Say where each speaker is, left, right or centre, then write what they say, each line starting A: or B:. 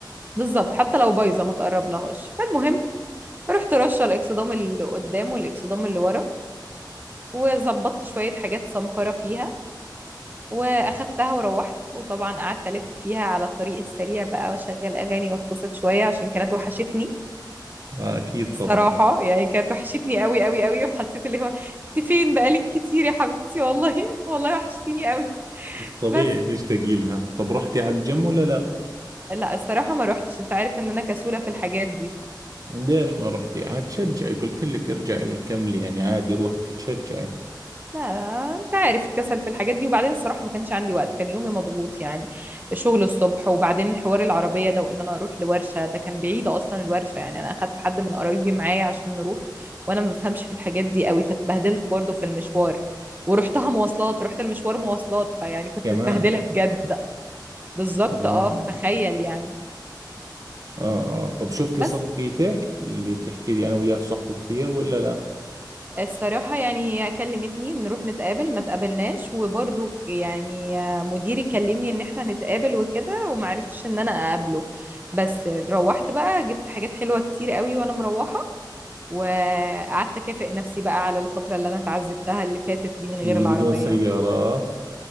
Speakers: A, on the right; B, on the right.
A: بالظبط حتى لو بايظه ما تقرب لهاش فالمهم رحت رشه الاكسدام اللي قدام والاكسدام اللي ورا وظبطت شويه حاجات سمكره فيها واخدتها وروحت وطبعا قعدت الف فيها على الطريق السريع بقى واشغل اغاني واتبسط شويه عشان كانت وحشتني
B: آه أكيد
A: الصراحه
B: طبعا
A: يعني كانت وحشتني قوي قوي قوي وحسيت اللي هو انت فين بقالك كتير يا حبيبتي والله <laughs> والله وحشتيني قوي
B: طبيعي
A: بس
B: تشتاقي لها طب رحتي على الجيم ولا لا
A: لا الصراحه ما روحتش انت عارف ان انا كسوله في الحاجات دي
B: ليش ما رحتي عاد تشجعي قلت لك ارجعي كملي يعني عادي روحي تتشجعي
A: لا لا، انت عارف الكسل في الحاجات دي وبعدين الصراحة ما كانش عندي وقت كان يومي مضغوط يعني الشغل الصبح وبعدين حوار العربية ده وان انا اروح لورشة ده كان بعيد اصلا الورشة يعني انا اخدت حد من قرايبي معايا عشان نروح وانا ما بفهمش في الحاجات دي قوي فاتبهدلت برضه في المشوار ورحتها مواصلات رحت المشوار مواصلات فيعني كنت
B: كمان
A: متبهدلة بجد بالظبط
B: آه
A: اه فتخيل يعني
B: آه آه طب شفتي
A: بس
B: صاحبيتك اللي بتحكي لي أنا وياها صحبة كثير ولا لا
A: الصراحة يعني هي كلمتني نروح نتقابل ما تقابلناش وبرضو يعني مديري كلمني ان احنا نتقابل وكده وما عرفتش ان انا اقابله بس روحت بقى جبت حاجات حلوة كتير قوي وانا مروحة وقعدت اكافئ نفسي بقى على الفترة اللي انا اتعذبتها اللي فاتت دي من غير
B: اللي
A: العربية
B: بدون سيارة